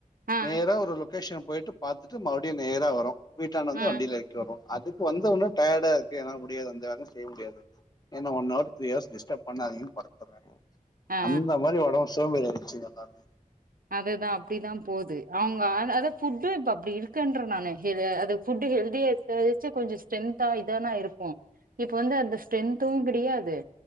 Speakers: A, on the right (about 85°); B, on the left (about 30°).
A: ஆ
B: நேர ஒரு லொகேஷன் போயிட்டு பார்த்துட்டு மறுபடியு நேரா வரு வீட்டாண்ட வந்து
A: ஆ
B: வண்டில ஏறக்கிவிட்டுறோ அதுக்கு வந்தன்னு டயர்டா இருக்கு என்னால முடியாது அந்த வேல செய்ய முடியாது ஏன்னா ஒன் ஹவர் ஹவர் டிஸ்டர்ப் பண்ணாதீங்கன்னு
A: ஆ
B: <unintelligible> அந்த மாரி உடம்பு <unintelligible>
A: அதுதா அப்டிதான் போது அவுங்க அத ஃபுட்டும் இப்ப அப்டி இருக்குன்றன் நான அது ஃபுட் ஹெல்தியா எச்சு கொஞ்சோ ஸ்ட்ரென்தா இதானான் இருப்போ இப்ப வந்து அந்த ஸ்ட்ரென்த்தும் கிடாது